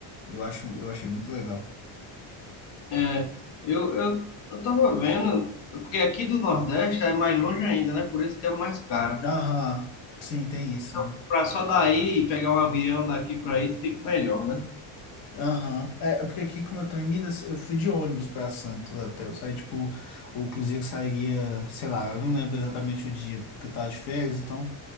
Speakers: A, on the left; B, on the left.
A: Eu acho, eu achei muito legal.
B: É, eu, eu, eu tava vendo, porque aqui do Nordeste é mais longe ainda, né? Por isso que é mais caro.
A: Aham, sim, tem isso,
B: Se eu
A: né?
B: comprar só daí e pegar um avião daqui para aí, fica melhor, né?
A: Aham. É, é porque aqui, como eu tô em Minas, eu fui de ônibus pra Santos até. Eu saí, tipo, ou inclusive eu sairia, sei lá, eu não lembro exatamente o dia, porque eu tava de férias, então.